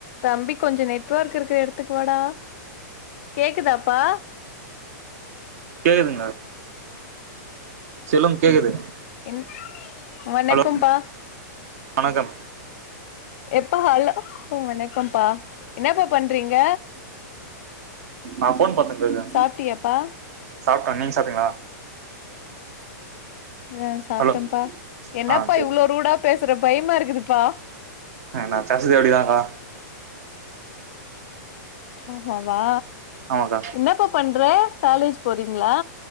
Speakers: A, on the left; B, on the right.
A: தம்பி கொஞ்சோ நெட்வொர்க் இருக்ற எடத் துக் வாடா கேக்குதாப்பா
B: கேக்குதுங்க சொல்லுங்க கேக்குது
A: என் வணக்கம்ப்பா
B: ஹலோ வணக்கம்
A: எப்பா ஹலோ வணக்கம்ப்பா என்னப்பா பண்றீங்க
B: ஆ ஃபோன் பாத்துட்ருக்கே
A: சாப்ட்டியாப்பா
B: சாப்டே நீங் சாப்டீங்ளா
A: அ சாப்டம்ப்பா
B: ஹலோ
A: என்னப்பா
B: ஆ சரி
A: இவ்ளோ ரூடாப் பேசற பயமா இருகுதுப்பா
B: அ நா பேசறதே அப்டிதாங்கா
A: ஆமாவா
B: ஆமாக்கா
A: என்னப்பா பண்ற காலேஜ் போறீங்ளா